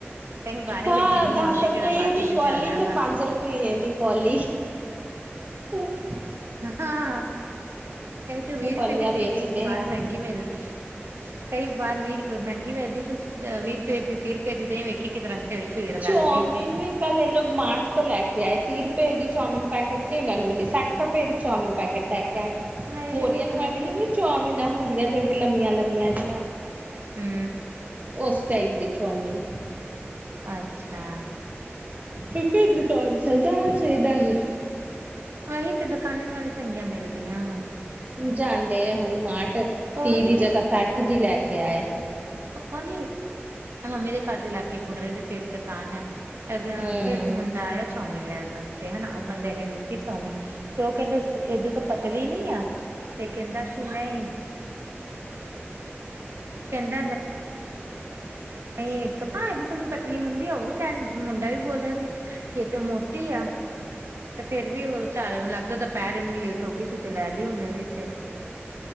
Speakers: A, on the right; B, on the right.
A: ਕਈ ਬਾਹਰ
B: ਹਾਂ
A: ਵੇਚਣੀ
B: ਦਸ
A: ਆ ਉਹਨੇ ਕਿਹੜਾ
B: ਰੁਪਈਏ
A: ਬਾਹਰ ਕਿਤੇ
B: ਦੀ ਕੋਲੀ
A: ਜਾਣਾ
B: ਤੇ
A: ਵਾ
B: ਪੰਜ ਰੁਪਈਏ ਦੀ ਕੋਲੀ। ਹਮ <unintelligible>
A: ਹਾਂ ਆ ਕਹਿ ਤੂੰ ਵੀਹ ਰੁਪਏ
B: ਕੌਲੀਆਂ
A: ਦੀ ਦੇ
B: ਵੇਚਦੇ
A: ਦੀ ਬਾਰ
B: ਹੈ।
A: ਮਹਿੰਗੀ ਮਿਲਦੀ। ਕਈ ਵਾਰ ਵੀਹ ਰੁਪਏ ਮਹਿੰਗੀ ਪੈਦੀ ਤੁ ਵੀਹ ਰੁਪਏ ਦੀ ਤੀਹ ਰੁਪਏ ਦੀ ਦੇਹੀਂ ਵੇਖੀ ਕਿਸ ਤਰ੍ਹਾਂ ਸਵੇਰੇ ਭੀੜ ਲੱਗਦੀ।
B: ਚੌਮਿਨ ਵੀ ਕੱਲ ਇਹ ਲੋਕ ਮਾਰਟ ਤੋਂ ਲੈ ਕੇ ਆਏ ਤੀਹ ਰੁਪਏ ਦੀ ਚਾਮੀਨ ਪੈਕਟ ਇਹਨਾਂ ਨੂੰ ਮਿਲੀ ਸੱਠ ਰੁਪਏ ਦੀ ਚਊਮੀਨ ਪੈਕਟ ਲੈ ਕੇ
A: ਹਾਏ
B: ਕੋਰੀਅਨ
A: ਇੰਨੀ ਮਹਿੰਗੀ
B: ਵਾਲੀ ਨੀ ਚਊਮੀਨ ਹੁੰਦੀਆਂ ਸੀਗੀਆਂ ਲੰਮੀਆਂ ਲੰਮੀਆਂ ਜੀਆਂ।
A: ਹਮ।
B: ਉਸ ਟਾਈਪ ਦੀ ਚੋਮਿਨ
A: ਅੱਛਾ।
B: ਕਿਉਂਕਿ ਦੁਕਾਨ ਚਲ ਜਾਣਾ ਚਾਹੀਦਾ ਸੀ।
A: ਵਹੀ ਤੇ ਦੁਕਾਨੇ ਨਾਲੋਂ ਚੰਗੀਆਂ ਮਿਲਦੀਆਂ ਵਾ
B: ਜਾਂਦੇ ਆ ਹੁਣੀ ਮਾਰਟ
A: ਉਹ
B: ਤੀਹ
A: ਨੀ
B: ਦੀ ਜਗ੍ਹਾ ਸੱਠ ਦੀ ਲੈ ਕੇ ਆਏ।
A: ਉਹਦੀ ਮੰਮੀ ਦੇ ਘਰ ਦੇ ਲਾਗੇ ਬੁਢਰੇ ਦੀ ਜਿਹੜੀ ਦੁਕਾਨ ਆ। ਅ
B: ਹੂੰ
A: ਉੱਥੇ ਇੱਕ ਮੁੰਡਾ ਆਇਆ ਚੌਮਿਨ ਲੈਣ ਵਾਸਤੇ ਹਨਾ ਉਹ ਬੰਦੇ ਨੇ ਚੋਮਨ ਤੇ ਉਹ ਇਹਦੇ ਤੋਂ ਪਤਲੀ ਨੀ ਤੇ ਕਹਿੰਦਾ ਕਿ ਨਹੀਂ ਕਹਿੰਦਾ ਨਹੀਂ। ਨਹੀਂ ਇੱਕ ਇਹਦੀ ਤੋਂ ਵੀ ਪਤਲੀ ਹੁੰਦੀ ਆ ਉਹ ਵੀ ਕਹਿਣ ਮੁੰਡਾ ਵੀ ਬੋਲ ਰਿਹਾ ਸੀ। ਕਿ ਇਹ ਤੇ ਮੋਟੀ ਆ। ਤੇ ਫਿਰ ਵੀ ਵਿਚਾਰੇ ਨੂੰ ਲੱਗਦਾ ਦੁਪਹਿਰ ਇੰਨੀ ਲੇਟ ਹੋ ਗਈ ਸੀ ਤੇ ਲੈ ਲਈ ਉਹਨੇ ਵੀ ਫਿਰ